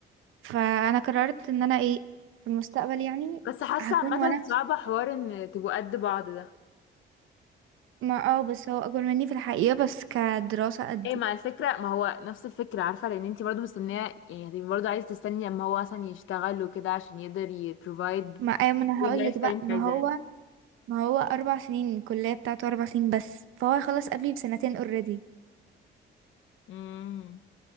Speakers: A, on the right; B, on the left.
A: فانا قررت ان انا ايه في المستقبل يعني
B: بس حاسه
A: هكون
B: عامه
A: وانا
B: صعبه حوار ان تبقوا قد بعض ده
A: ما اه بس هو اكبر مني في الحقيقة بس كدراسة قدي
B: ايه مع الفكره ما هو نفس الفكره عارفه لان انتي برضو مستنيه يعني هتبقي برضو عايزه تستني اما هو مثلا يشتغل وكده عشان يقدر يبروفايد
A: ما ايوه ما انا
B: اللايف
A: هقول لك
B: ستايل
A: بقى
B: اللي
A: ما
B: انت عايزاه
A: هو ما هو اربع سنين الكلية بتاعته اربع سنين بس فهو هيخلص قبلي بسنتين اوريدي
B: امم